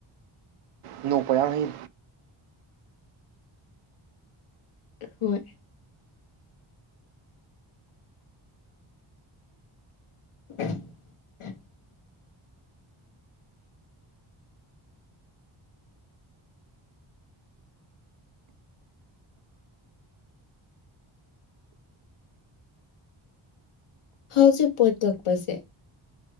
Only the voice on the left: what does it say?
ꯍꯣꯏ <inaudible> ꯍꯧꯖꯤꯛ ꯄꫭꯠ ꯀꯛꯄꯁꯦ